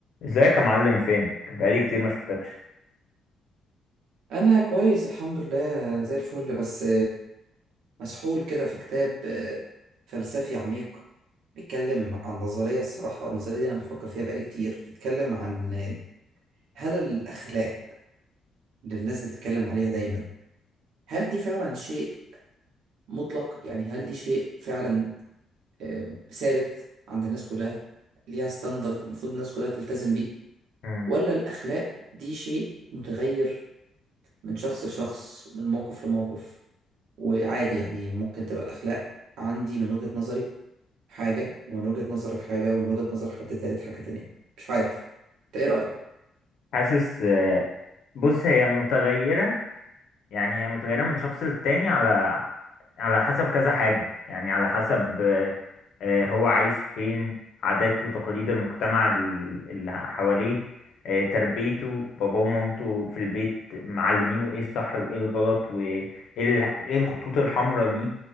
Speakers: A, on the left (about 70°); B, on the right (about 80°).
A: ازيك يا معلم فينك بقالي كتير ما شفتكش
B: انا كويس الحمد لله زي الفل بس مسحول كده في كتاب فلسفي عميق بيتكلم عن نظرية الصراحة النظرية دي انا بفكر فيها بقالي كتير بيتكلم عن هل الاخلاق اللي الناس بتتكلم عليها دايما هل دي فعلا شيء مطلق يعني هل دي شيء فعلا آه، ثابت عند الناس كلها ليها ستاندرد المفروض الناس كلها تلتزم بيه
A: مم.
B: ولا الاخلاق دي شيء متغير من شخص لشخص من موقف لموقف وعادي يعني ممكن تبقى الأخلاق عندي من وجهة نظري حاجة ومن وجهة نظرك حاجة ومن وجهة نظر حد تالت حاجة تانية مش عارف انت ايه رأيك؟
A: حاسس آه، بص هي متغيرة يعني هي متغيرة من شخص للتاني على على حسب كذا حاجة يعني على حسب آه، آه، هو عايش فين عاداته وتقاليد المجتمع ال- اللي حواليه آه، تربيته باباه ومامته في البيت معلمينه ايه الصح وايه الغلط وايه ال- إيه الخطوط الحمراء ليه